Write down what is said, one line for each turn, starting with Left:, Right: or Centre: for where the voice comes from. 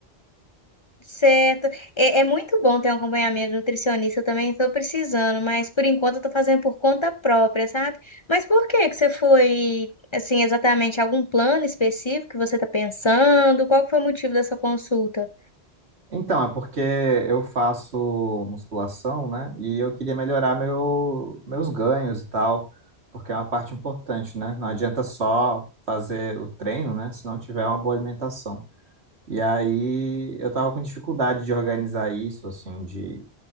Left: Certo. É, é muito bom ter um acompanhamento nutricionista, eu também estou precisando, mas por enquanto eu estou fazendo por conta própria, sabe? Mas por que que você foi, assim, exatamente algum plano específico que você está pensando? Qual que foi o motivo dessa consulta?
Right: Então, é porque eu faço musculação, né? E eu queria melhorar meu, meus ganhos e tal, porque é uma parte importante, né? Não adianta só fazer o treino, né? Se não tiver uma boa alimentação. E aí eu tava com dificuldade de organizar isso, assim, de